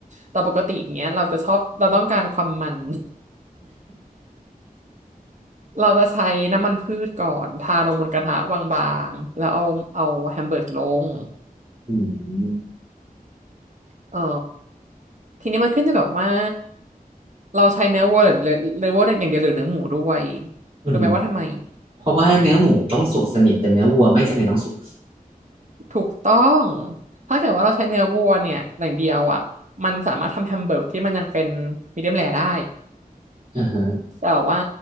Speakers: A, on the right; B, on the right.
A: แต่ปกติอย่างเงี้ยเราจะชอบเราต้องการความมัน เราจะใช้น้ำมันพืชก่อนทาลงบนกระทะบางๆแล้วเอาเอาแฮมเบอร์กลง
B: อืม
A: เออทีนี้มันขึ้นอยู่กับว่าเราใช้เนื้อวัวหรือเนื้อวัวอย่างเดียวหรือเนื้อหมูด้วย
B: อือฮึ
A: รู้ไหมว่าทำไม
B: เพราะว่าเนื้อหมูต้องสุกสนิทแต่เนื้อวัวไม่จำเป็นต้องสุก
A: ถูกต้องถ้าเกิดว่าเราใช้เนื้อวัวเนี่ยอย่างเดียวอ่ะมันสามารถทำแฮมเบอร์กที่มันยังเป็นมีเดียมแรร์ได้
B: อ่าฮะ
A: แต่ว่า